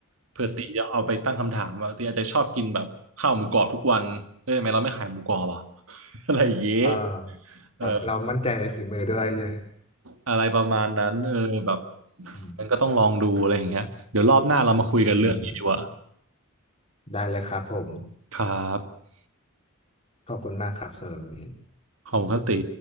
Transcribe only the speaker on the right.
เพื่อตีจะเอาไปตั้งคำถามว่าตีอาจจะชอบกินแบบข้าวหมูกรอบทุกวันเออทำไมเราไม่ขายหมูกรอบอ่ะ <laughs> อะไรอย่างเงี้ย
เออ
อะไรประมาณนั้นเออแบบ
มันก็ต้องลองดูอะไรอย่างเงี้ยเดี๋ยวรอบหน้าเรามาคุยกันเรื่องนี้ดีกว่า
ครับ
ขอบคุณครับตี